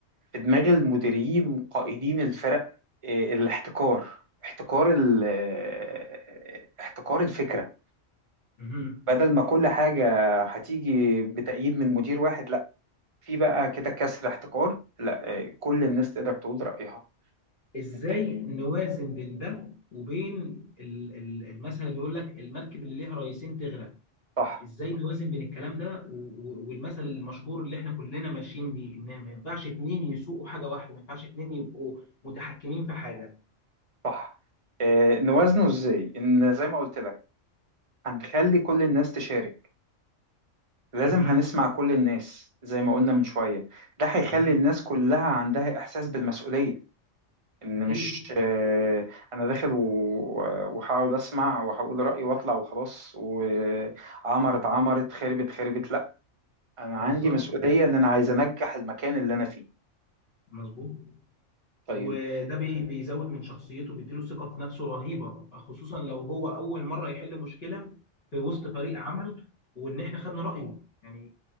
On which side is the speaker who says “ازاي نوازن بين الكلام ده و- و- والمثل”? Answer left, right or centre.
Left